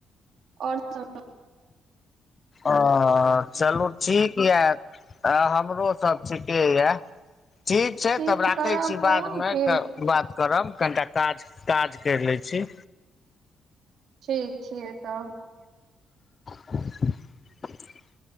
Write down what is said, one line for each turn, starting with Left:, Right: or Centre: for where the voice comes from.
Right: आओर सब
Left: ओ चलू ठीक यऽ हमरोसभ ठीके यऽ ठीक छै
Right: फिर
Left: तब राखै
Right: करब
Left: छी
Right: फोन
Left: बाद मे
Right: फेर
Left: तऽ बात करब कनिटा काज काज करि लै छी
Right: ठीक छियै सब
Left: <unintelligible> <unintelligible>